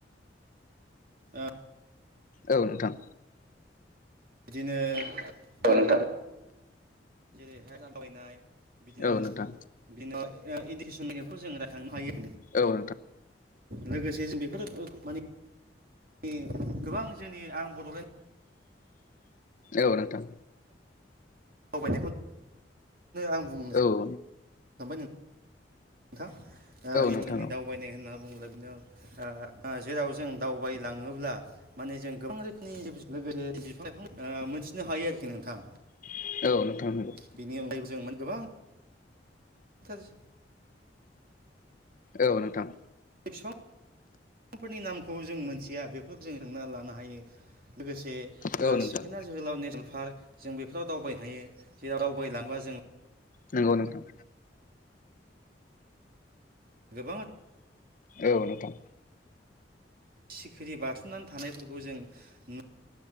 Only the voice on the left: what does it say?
औ नोंथां
औ नोंथां
औ नोंथां
औ नोंथां
औ
नोंथां
औ नंगौ
औ नोंथां
औ नोंथां
नोंगौ नोंथां
औ नोंथां